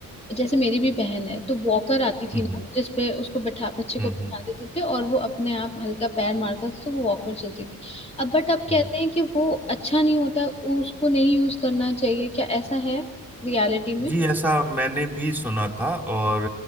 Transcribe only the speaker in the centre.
हम्म
हम्म
हम्म।
जी ऐसा मैंने भी सुना था और